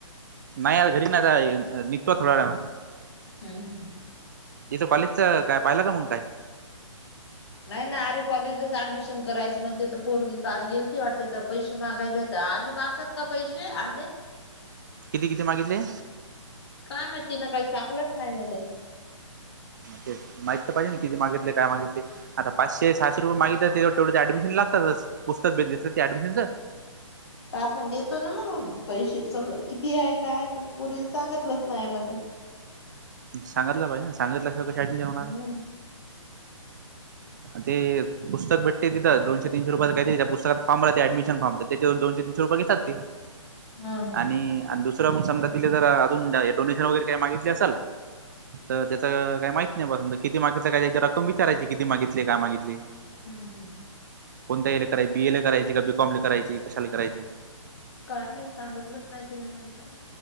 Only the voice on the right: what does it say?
नाही आ घरी ना आ निघतो थोड्या वेळाने
इथं कॉलेजचं काय पाहिलं का मग काय
किती, किती मागितले
तेच माहित तर पाहिजे ना किती मागितले काय मागितले आता पाचशे, सहाशे रुपये मागितले तेच्यावर तेवढं ते ऍडमिशन लागतातच पुस्तक भी देतात ते अँडमिशनच
सांगितलं पाहिजे ना सांगितल्या शिवाय कशी ऍडमिशन होणार
आहे ते पुस्तक भेटते तिते दोनशे, तीनशे रुपया का त्या पुस्तकात फाम ऍडमिशन फाम तर त्याच्या दोनशे, तीनशे रुपये घेतात ते
आणि, आणि दुसरं मग समजा तिला जर अजून डोनेशन वगैरे काही मागितले असेल तर त्याच काही माईत नाही बसून किती मागितली काय एकदा रक्कम विचारायची किती मागित तले काय मागितले
कोणत एले कराय बीए ल करायची का बीकॉम करायची कशाला करायची?